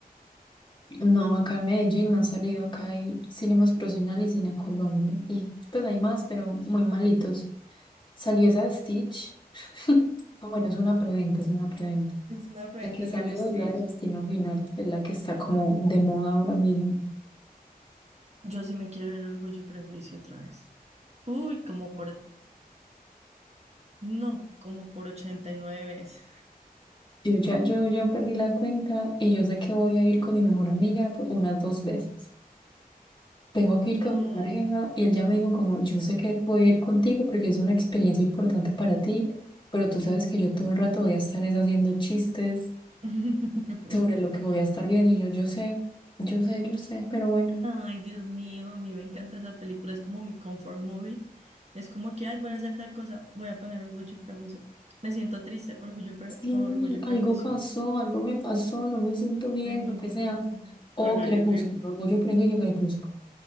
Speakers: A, on the left (about 30°); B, on the right (about 45°).
A: no, acá en Medellín han salido, acá hay Cine Más Procinal y Cine Colombia, y pues hay más, pero muy malitos. Salió esa de Stitch, ah bueno, es una preventa, es una preventa.
B: Es una afrenta
A: La que
B: al
A: salió
B: Lilo y Stitch.
A: es la de Destino Final, es la que está como de moda ahora mismo.
B: Yo sí me quiero ver Orgullo y Prejuicio otra vez. Uy, como por, no, como por 89 veces.
A: Yo ya, yo, yo perdí la cuenta y yo sé que voy a ir con mi mejor amiga por unas dos veces. tengo que ir
B: No.
A: con mi pareja y él ya me dijo como, yo sé que voy a ir contigo porque es una experiencia importante para ti, pero tú sabes que yo todo el rato voy a estar es haciendo chistes
B: <laughs>
A: sobre lo que voy a estar viendo y yo, yo sé, yo sé, yo sé, pero bueno,
B: Ay, Dios mío, a mí me encanta esa película, es como mi comfort movie. Es como que, ay, voy a hacer tal cosa, voy a poner Orgullo y Prejuicio. Me siento triste, Orgullo y, Pre-
A: sí,
B: Orgullo y
A: algo
B: Prejuicio.
A: pasó, algo me pasó, no me siento bien,
B: Sí,
A: lo que sea, o
B: Orgullo
A: Crepúsculo,
B: y Prejuicio.
A: Orgullo, Prejuicio, Crepúsculo,